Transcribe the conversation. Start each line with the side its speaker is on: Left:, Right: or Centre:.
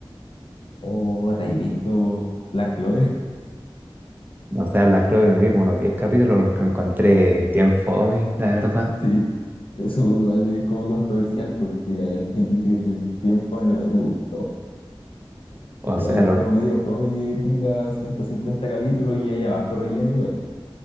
Left: Oh, ¿te has visto Black Clover? <laughs>
Right: O sea, Black Clover me vi como unos 10 capítulos porque encontré bien fome, la verdad.
Left: Sí, eso igual es como controversial porque hay harta gente que dice que es bien fome, pero a mí me gustó.
Right: O
Left: Igual
Right: sea,
Left: es
Right: lo,
Left: como
Right: o
Left: medio fome que tenga 150 capítulos y haya harto relleno igual.